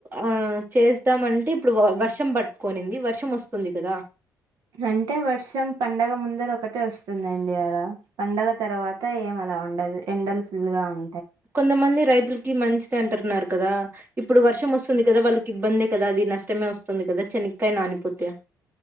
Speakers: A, on the right; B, on the right.
A: ఆ చేస్తామ్ అంటే ఇప్పుడు వ వర్షం పట్ కొనింది వర్షం వస్తుంది కదా
B: అంటే వర్షం పండగ ముందర ఒకటే వస్తుందండి అలా పండగ తర్వాత ఏం అలా ఉండదు ఎండలు ఫుల్ గా ఉం
A: కొంతమంది రైతుల్ కి మంచిది అంటున్నార్ కదా ఇప్పుడు వర్షం వస్తుంది కదా వాళ్ ఇబ్బందే కదా అది నష్టమే వస్తుంది కదా చెనిక్కాయ నానిపోతే